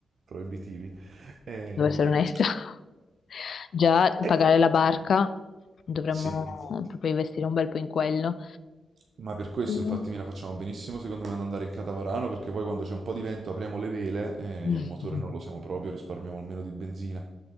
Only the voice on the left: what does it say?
devo essere onesta. <laughs> Già pagare
la barca, dovremmo
proprio investire un bel po' in quello.
Mm.
<laughs>